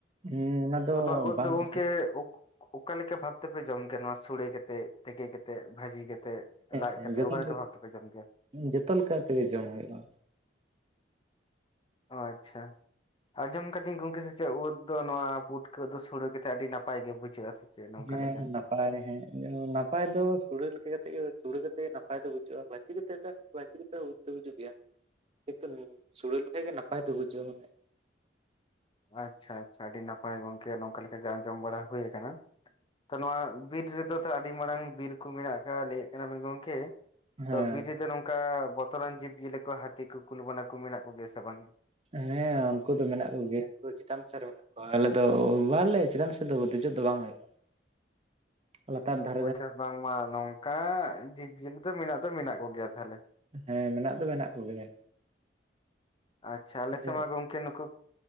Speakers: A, on the right; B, on the left.
A: ᱦᱮᱸ ᱚᱱᱟ ᱫᱚ
B: ᱛ ᱱᱚᱶᱟ ᱩᱫ
A: ᱵᱟᱝ
B: ᱫᱚ ᱜᱚᱝᱠᱮ
A: ᱩᱪᱤᱛ
B: ᱚᱠᱟᱞᱮᱠᱟ ᱵᱷᱟᱵ ᱛᱮᱯᱮ ᱡᱚᱢ ᱜᱮᱭᱟ ᱱᱚᱣᱟ? ᱥᱚᱲᱮ ᱠᱟᱛᱮ, ᱛᱮᱠᱮ ᱠᱟᱛᱮᱜ, ᱵᱷᱟᱹᱡᱤ ᱠᱟᱛᱮᱜ? ᱞᱟᱡ
A: ᱦᱮᱸ
B: ᱠᱟᱛᱮ
A: ᱡᱚᱛᱚ
B: ᱚᱠᱟ ᱞᱮᱠᱟ ᱵᱷᱟᱵ ᱛᱮᱯᱮ ᱡᱚᱢ ᱜᱮᱭᱟ?
A: ᱡᱚᱛᱚ ᱞᱮᱠᱟ ᱛᱮᱜᱮ ᱡᱚᱢ ᱦᱩᱭᱩᱜᱼᱟ
B: ᱚ ᱟᱪᱪᱷᱟ ᱟᱸᱡᱚᱢ ᱠᱟᱹᱛᱤᱧ ᱜᱚᱝᱠᱮ ᱥᱮ ᱪᱮᱫ ᱩᱫ ᱫᱚ ᱱᱚᱣᱟ ᱯᱩᱴᱠᱟᱹ ᱫᱚ ᱥᱳᱲᱮ ᱠᱟᱛᱮ ᱟᱹᱰᱤ ᱱᱟᱯᱟᱭ ᱜᱮ ᱵᱩᱡᱷᱟᱹᱜᱼᱟ ᱥᱮ ᱪᱮᱫ ᱱᱚᱝᱠᱟ
A: ᱦᱮᱸ
B: ᱞᱮᱠᱟ
A: ᱱᱟᱯᱟᱭ ᱦᱮᱸ ᱱᱟᱯᱟᱭ ᱫᱚ ᱥᱳᱲᱮ ᱞᱮᱠᱟ ᱠᱟᱛᱮ ᱜᱮ ᱥᱳᱲᱮ ᱠᱟᱛᱮ ᱱᱟᱯᱟᱭ ᱫᱚ ᱵᱩᱡᱟᱹᱜᱼᱟ <unintelligible> ᱪᱤ ᱠᱟᱛᱮᱫ ᱫᱚ ᱦᱮᱸ ᱵᱟᱪᱤ ᱞᱮᱠᱟ ᱵᱩᱡᱽ ᱫᱚ ᱵᱩᱡᱩᱜ ᱜᱮᱭᱟ ᱠᱤᱱᱛᱩ ᱥᱳᱲᱮ ᱞᱮᱠᱷᱟᱱ ᱜᱮ ᱱᱟᱯᱟᱭ ᱫᱚ ᱵᱩᱡᱷᱟᱹᱜᱼᱟ ᱢᱟᱱᱮ
B: ᱟᱪᱪᱷᱟ ᱟᱪᱪᱷᱟ ᱟᱹᱰᱤ ᱱᱟᱯᱟᱭ ᱜᱚᱝᱠᱮ ᱱᱚᱝᱠᱟ ᱞᱮᱠᱟ ᱜᱮ ᱟᱸᱡᱚᱢ ᱵᱟᱲᱟ ᱦᱳᱭ ᱠᱟᱱᱟ ᱛᱚ ᱱᱟᱣᱟ ᱵᱤᱨ ᱨᱮᱫᱚ ᱛᱟᱦᱚᱞᱮ ᱟᱹᱰᱤ ᱢᱟᱨᱟᱝ ᱵᱤᱨ ᱠᱚ ᱢᱮᱱᱟᱜ ᱟᱠᱟᱫ ᱞᱟᱹᱭᱮᱫ ᱠᱟᱱᱟᱵᱤᱱ ᱜᱚᱝᱠᱮ
A: ᱦᱮᱸ
B: ᱛᱚ ᱵᱤᱨ ᱨᱮᱫᱚ ᱱᱚᱝᱠᱟ ᱵᱚᱛᱚᱨᱟᱱ ᱡᱤᱵᱽ ᱡᱤᱭᱟᱹᱞᱤ ᱠᱚ ᱦᱟᱹᱛᱤ ᱠᱚ ᱠᱩᱞ ᱵᱚᱱᱟ ᱠᱚ ᱢᱮᱱᱟᱜ ᱠᱚᱜᱮᱭᱟ ᱥᱮ ᱵᱟᱝᱜᱮ
A: ᱦᱮᱸ ᱩᱱᱠᱩ ᱫᱚ ᱢᱮᱱᱟᱜ ᱠᱚᱜᱮᱭᱟ ᱩᱱᱠᱩ ᱪᱮᱛᱟᱱ ᱥᱮᱫ ᱨᱮ ᱟᱞᱮ ᱫᱚ ᱵᱟᱞᱮ ᱪᱮᱛᱟᱱ ᱥᱮᱫ ᱫᱚ ᱫᱮᱡᱚᱜ ᱫᱚ ᱵᱟᱝ ᱦᱩᱭᱩᱜᱼᱟ ᱞᱟᱛᱟᱨ ᱫᱷᱟ
B: ᱳ ᱟᱪᱪᱷᱟ ᱵᱟᱝᱢᱟ ᱱᱚᱝᱠᱟ ᱡᱤᱵᱽ ᱡᱤᱭᱟᱹᱞᱤ ᱫᱚ ᱢᱮᱱᱟᱜ ᱫᱚ ᱢᱮᱱᱟᱜ ᱠᱚᱜᱮᱭᱟ ᱛᱟᱦᱚᱞᱮ
A: ᱦᱮᱸ ᱢᱮᱱᱟᱜ ᱫᱚ ᱢᱮᱱᱟᱜ ᱠᱚᱜᱮᱭᱟ
B: ᱟᱪᱪᱷᱟ ᱟᱞᱮ
A: ᱟᱫᱚ
B: ᱥᱮ ᱢᱟ ᱜᱚᱢᱠᱮ ᱩᱱᱠᱩ